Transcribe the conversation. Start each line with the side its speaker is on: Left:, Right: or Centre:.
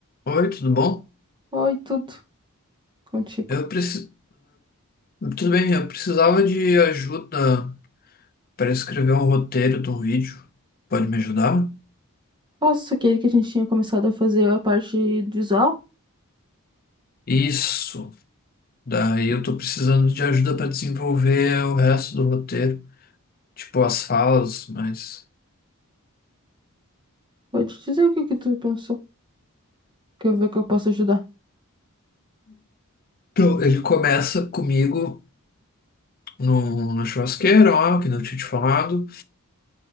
Left: Oi, tudo bom?
Right: Oi, tudo contigo.
Left: Eu preciso. tudo bem, eu precisava de ajuda para escrever um roteiro de um vídeo. Pode me ajudar?
Right: Nossa, aquele que a gente tinha começado a fazer a parte visual?
Left: Isso. Daí eu tô precisando de ajuda para desenvolver o resto do roteiro, tipo as falas, mas.
Right: Pode dizer o que que tu pensou, que eu ver que eu posso ajudar.
Left: Então, ele começa comigo no, na churrasqueira, ó, que não tinha te falado.